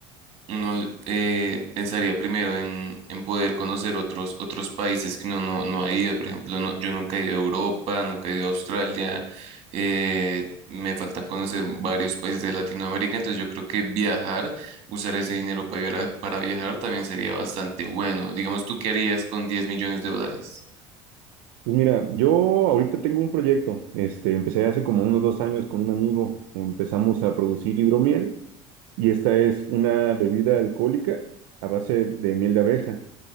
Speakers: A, on the right; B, on the right.
A: uno eh, pensaría primero en, en poder conocer otros, otros países que uno no, no ha ido. Por ejemplo, no- yo nunca he ido a Europa, nunca he ido a Australia. eh, me faltan conocer varios países de Latinoamérica. Entonces yo creo que viajar, usar ese dinero para, viara- para viajar también sería bastante bueno. Digamos, ¿tú qué harías con 10 millones de dólares?
B: Pues mira, yo ahorita tengo un proyecto, este, empecé hace como unos dos años con un amigo, empezamos a producir hidromiel y esta es una bebida alcohólica a base de miel de abeja.